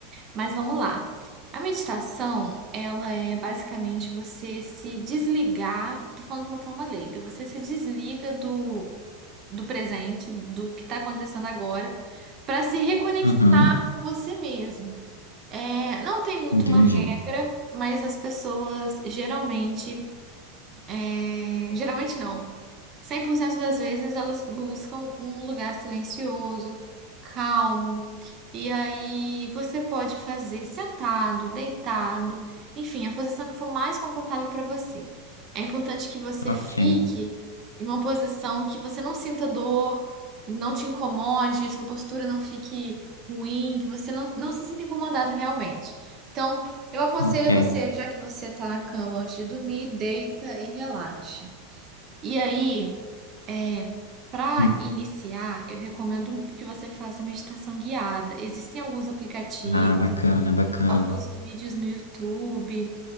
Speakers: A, on the right; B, on the left.
A: Mas vamos lá. A meditação, ela é basicamente você se desligar, tô falando de uma forma leiga, você se desliga do, do presente, do que está acontecendo agora, para se reconectar
B: Uhum,
A: com você mesmo. É, não tem muito
B: entendi.
A: uma regra, mas as pessoas geralmente é, geralmente não. 100% das vezes elas buscam um lugar silencioso, calmo. E aí você pode fazer sentado, deitado, enfim, a posição que for mais confortável para você. É importante que você
B: Ok.
A: fique em uma posição que você não sinta dor, não te incomode, sua postura não fique ruim, que você não, não se sinta incomodado realmente. Então, eu aconselho
B: Ok.
A: você, já que você tá na cama antes de dormir, deita e relaxe. E aí, é, para
B: Hum,
A: iniciar, eu recomendo que você faça meditação guiada. Existem alguns aplicativos,
B: Ah, bacana, bacana.
A: alguns vídeos no YouTube